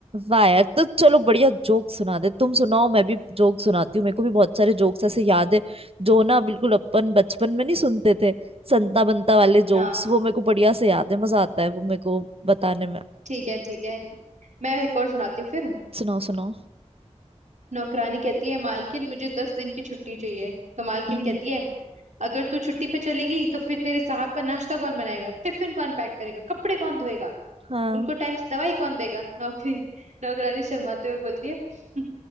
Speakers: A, on the right; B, on the right.
A: वाह यार तो चलो बढ़िया जोक सुना दे तुम सुनाओ मैं भी जोक सुनाती हूँ मेरे को भी बहुत सारे जोक्स ऐसे याद है जो ना बिल्कुल अपन बचपन में नहीं सुनते थे संता बंता वाले
B: हाँ
A: जोक्स वो मेरे को बढ़िया से याद है मजा आता है वो मेरे को बताने में
B: ठीक है ठीक है मैं एक और सुनाती हूँ फिर
A: सुनाओ सुनाओ
B: नौकरानी कहती है मालकिन मुझे दस दिन की छुट्टी चाहिए तो मालकिन
A: हम्म
B: कहती
A: हम्म,
B: है अगर तू छुट्टी पे चली गई तो फिर तेरे साहब का नाश्ता कौन बनाएगा टिफिन कौन पैक करेगा कपड़े कौन धोएगा
A: हाँ
B: उनको टाइम से दवाई कौन देगा नौकरी नौकरानी शर्माते हुए बोलती है <laughs>